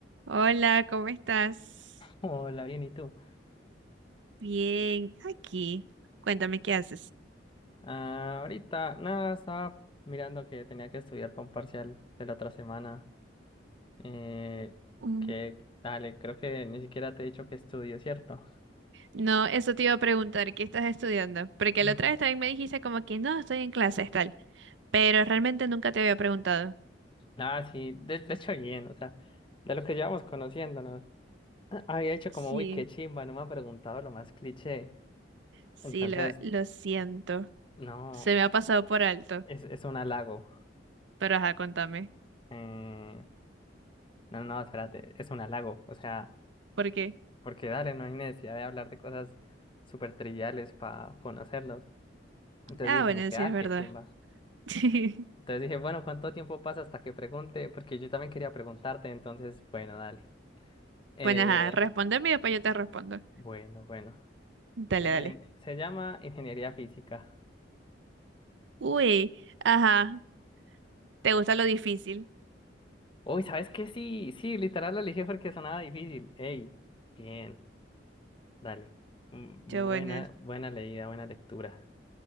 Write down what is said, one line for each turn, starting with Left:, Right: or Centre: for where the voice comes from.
Right: Hola, ¿cómo estás?
Left: Hola, bien, ¿y tú?
Right: Bien, aquí. Cuéntame qué haces.
Left: Ah, ahorita, nada, estaba mirando que tenía que estudiar para un parcial de la otra semana. Eh,
Right: Mm,
Left: que, dale, creo que ni siquiera te he dicho que estudio, ¿cierto?
Right: No, eso te iba a preguntar, ¿qué estás estudiando? Porque
Left: Mm.
Right: la otra vez también me dijiste como que no, estoy en clases, tal, pero realmente nunca te había preguntado.
Left: Nada, sí, de, de hecho, bien, o sea, de lo que llevamos conociéndonos. Ah, Había hecho
Right: Sí,
Left: como, uy, qué chimba, no me ha preguntado lo más cliché.
Right: Sí,
Left: Entonces,
Right: lo, lo siento,
Left: no,
Right: se me ha pasado por alto,
Left: es, es un halago.
Right: pero ajá, contame,
Left: Eh, no, no, espérate, es un halago, o sea.
Right: ¿por qué?
Left: porque dale, no hay necesidad de hablar de cosas súper triviales para conocerlos. Entonces
Right: ah,
Left: dije
Right: bueno,
Left: como que,
Right: sí
Left: ah,
Right: es verdad.
Left: qué chimba.
Right: <laughs>
Left: Entonces dije, bueno, ¿cuánto tiempo pasa hasta que pregunte? Porque yo también quería preguntarte, entonces, bueno, dale. Eh,
Right: Bueno, ajá, respóndeme y después yo te respondo.
Left: bueno, bueno.
Right: Dale,
Left: Eh,
Right: dale.
Left: se llama ingeniería física.
Right: Uy, ajá, ¿te gusta lo difícil?
Left: Uy, ¿sabes qué? Sí, sí, literal lo elegí porque sonaba difícil. Ey, bien, dale. Mm,
Right: Yo,
Left: Buena,
Right: bueno.
Left: buena leída, buena lectura.